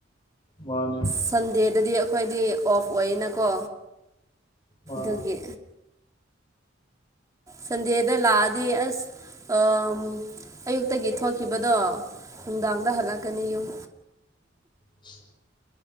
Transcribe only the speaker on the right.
ꯁꯟꯗꯦꯗꯨꯗꯤ ꯑꯩꯈꯣꯏꯗꯤ ꯑꯣꯐ ꯑꯣꯏꯌꯦꯅꯀꯣ꯫
ꯗꯨꯒꯤ ꯁꯟꯗꯦꯗ ꯂꯥꯛꯑꯗꯤ ꯑꯁ ꯑꯥꯝ ꯑꯌꯨꯛꯇꯒꯤ ꯊꯣꯛꯈꯤꯕꯗꯣ ꯅꯨꯡꯗꯥꯡꯗ ꯍꯜꯂꯛꯀꯅꯤ ꯌꯨꯝ